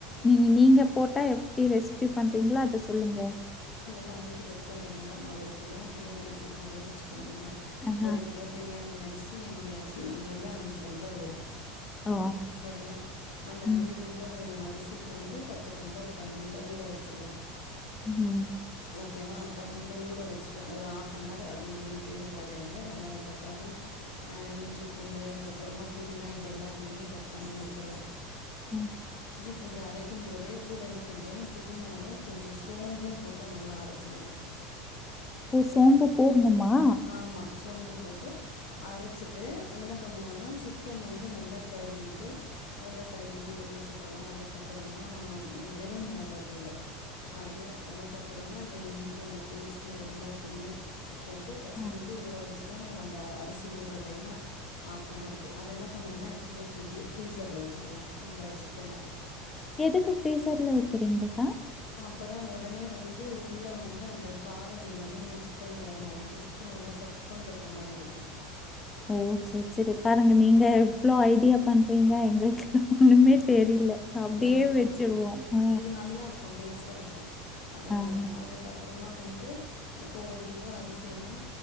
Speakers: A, on the left (about 20°); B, on the left (about 80°).
A: நீ நீங்க போட்டா தி ரெஸ்சிபி பண்றீங்களோ அத சொல்லுங்க
B: நாங்களே கிட்டதிட்ட ஒண்ணு தா ஒரு கிலோ பிரியாணி அரிசி போடுவனு வச்சுக்கோ போவேுச்சுேன் எங்க
A: ஆஹா.
B: ஒரு கிலோ பிரியாணியா அரிசி என்னுடைய அரிசி டம்ளர்ல அஞ்சு டம்ளர் வரும்
A: ஓ!
B: சரியா அந்த
A: ம்.
B: அஞ்சு டம்ளர் அரிசி இப்ப வந்து பத்து டம்ளர் தண்ணியில ஊத்தி ஊற வச்சுருவேன்
A: உம்
B: ஓக்கே வா தண்ணியில ஊற வச்சுருவே ஒரு ஆஃப் மாறு அப்புடியே உரிகிட்டு இருக்கிற டைம்ல வெங்காயம் தக்காளி ஹா இஞ்சி பூண்டு அதுக்கப்புறமா புதினா இது எல்லாத்தையுமே கட் பண்ணி வச்சுருவே
A: ம்
B: பூண்டு அரைக்கும் போதே கூட என்ன பண்ணுறோம் புதினாவும் கொஞ்ச சோம்பும் போட்டு நல்லா அரச்சிருவே
A: புஷ்ப் சோம்பு போடுண்ணுமா
B: ஆமா சோம்பு போட்டு அரச்சிட்டு என்ன பண்ணுவோனா சிக் சிக்கன் வந்து நல்லா கழுவிவிட்டு அதுல தயிரு எலுமிச்சம் அதுக்குஅப்புறம்மா வெறும்மிளகத்தூளு அது அதுக்கப்பறம் மா இந்த இஞ்சி பூண்டு பேஸ்ட்டு எல்லாத்தையுமே போட்டு பெசஞ்சு
A: அ.
B: ஊற வச் வச்சுருவேன் ஒரு அந்த அரிசி ஊற டைம்அ ஆஃப் அன்ருக்கு அதது என்ன பண்ணுவோன்னா எடுத்துகட்டு போய் ஃப்ரிட்ஜு ஃப்ரீஸரில் வச்சுடுவேன் அந்த சிக்கன
A: எதுக்கு ஃபிரீசர்ல வெக் செரிங்கக்கா
B: அப்பதா உடனே வந்து உள்ள வந்து அந்த காரோ எல்லாமே சிக்கன்ல எறங்கு இல்லாட்டி சிக்கன் ஒரு மாரி சப்புனு இருக்க மாரி இருக்கு
A: ஓ செரி- செரி பாருங்க நீங்க எவ்ளோ ஐ ப்டியா பண்றீங்க எங்களுக்கு ஒண்ணுமே தெரியல அப்டியே
B: அதுதா
A: வச்சுருவோ ஆ
B: இது நல்லாருக்கும் டேஸ்ட்டா இருக்கும் அதனால
A: ஆஹ.
B: அதுக்கப்ப அப்புறமா வந்து அ இப்போ ஒரு கிலோ அரிசினா